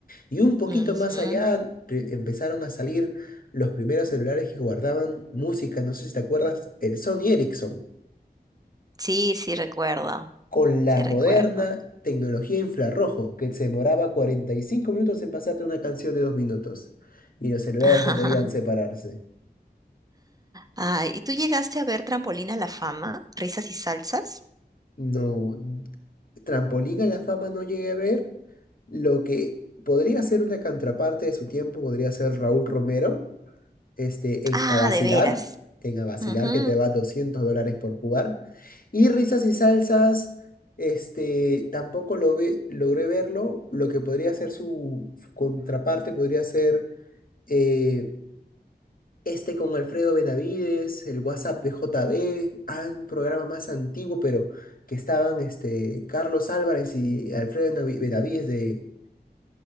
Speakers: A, on the left (about 55°); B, on the right (about 20°).
A: Y un poquito
B: Ujú.
A: más allá pre- empezaron a salir los primeros celulares que guardaban música, no sé si te acuerdas, el Sony Ericsson,
B: Sí, sí recuerdo,
A: con la
B: sí
A: moderna
B: recuerdo.
A: tecnología infrarrojo, que se demoraba 45 minutos en pasarte una canción de dos minutos. Y los celulares
B: <laughs>
A: no podían separarse.
B: Ay, ¿y tú llegaste a ver Trampolina a la fama? ¿Risas y salsas?
A: No, Trampolín a la fama no llegué a ver. Lo que podría ser una contraparte de su tiempo podría ser Raúl Romero este, en
B: Ah,
A: a vacilar,
B: de veras.
A: en a vacilar,
B: Ujú.
A: que te va 200 dólares por jugar. Y risas y salsas, este, tampoco lo ve- logré verlo. Lo que podría ser su, su contraparte podría ser eh, este con Alfredo Benavides, el WhatsApp de JB, ah, un programa más antiguo, pero que estaban este, Carlos Álvarez y Alfredo Benavi- Benavides de,